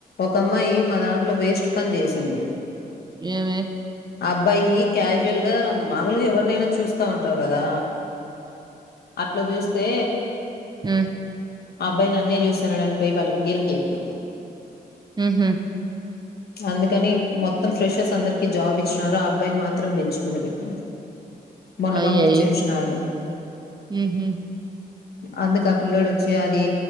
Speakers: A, on the left (about 70°); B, on the right (about 25°).
A: ఒక అమ్మాయి మా దాంట్లో వేస్ట్ పని చేసింది.
B: ఏమీ.
A: అబ్బాయి క్యాజువల్ గా మామూలుగా ఎవరినైనా చూస్తా ఉంటారు
B: ఉమ్
A: కదా. అట్లా చూస్తే.
B: ఉమ్
A: అబ్బాయి నన్నే చూస్తున్నాడని పోయి వాళ్ళ గెలికే చెప్పింది.
B: ఉమ్ హు.
A: అందుకని మొత్తం ఫ్రెషర్స్ అందరికి జాబ్ ఇ. చ్చారా ఆ అబ్బాయిని మాత్రం బెంచ్ మీద పెట్టినారు. మొన్న
B: అయ్యాయ్యో
A: పంపించేసినారు
B: ఉమ్ హు.
A: అందుకా ఆ పిల్ల్లోడు వచ్చి అది